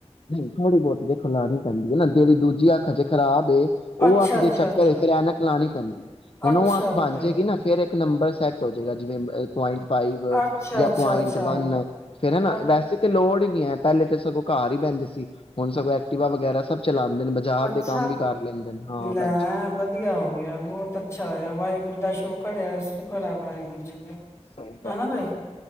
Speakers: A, on the left (about 50°); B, on the left (about 25°).
A: ਨਹੀਂ ਥੋੜ੍ਹੀ ਬਹੁਤੀ ਦੇਖੋ ਲਾ ਪੈਂਦੀ ਐ ਨਾ ਜਿਹੜੀ ਦੂਜੀ ਅੱਖਾਂ ਚ ਖਰਾਬ ਤੇ ਉਹ
B: ਅੱਛਾ
A: ਅੱਖ ਦੇ
B: ਅੱਛਾ
A: ਚੱਕਰ
B: ਅੱਛਾ
A: ਚ ਫਿਰ ਐਨਕ ਲਾਉਣੀ ਪੈਂਦੀ ਐ। ਉਹ
B: ਅੱਛਾ
A: ਅੱਖ
B: ਅੱਛਾ
A: ਬਣ ਜਾਏਗੀ ਨਾ ਫੇਰ ਐਹ ਇੱਕ ਨੰਬਰ ਸੈੱਟ ਹੋ ਜਾਏਗਾ ਜਿਵੇਂ ਪੁਆਇੰਟ ਫਾਈਵ
B: ਅੱਛਾ
A: ਜਾਂ
B: ਅੱਛਾ
A: ਪੁਆਇੰਟ
B: ਅੱਛਾ
A: ਵੰਨ, ਫੇਿਰ ਹੈਾ
B: ਅ
A: ਵੈਸੇ ਤਾਂ ਲੋੜ ਨੀ ਹੈ, ਪਹਿਲੇ ਤਾਂ ਸਗੋਂ ਘਰ ਹੀ ਬਹਿੰਦੇ ਸੀ, ਹੁਣ ਸਗੋਂ ਐਕਟੀਿਵਾ ਵਗੈਰਾ ਸਭ ਚਲਾਉਂਦੇ ਨੇ ਬਾਜ਼ਾਰ
B: ਅੱਛਾ
A: ਦੇ ਕੰਮ ਵੀ ਕਰ ਲੈਂਦੇ ਨੇ, ਹਾਂ
B: ਲੈ
A: ਭੈਣਜੀ
B: ਵਧੀਆ ਹੋ ਗਿਆ ਬਹੁਤ ਅੱਛਾ ਹੋਇਆ, ਵਾਹਿਗੁਰੂ ਦਾ ਸ਼ੁਕਰ ਆ ਸ਼ੁਕਰ ਵਾਹਿਗੁਰੂ ਜੀ ਦਾ
A: ਸਹੀ ਗੱਲ
B: ਹਨਨਾ ਬਾਈ
A: ਹੈ।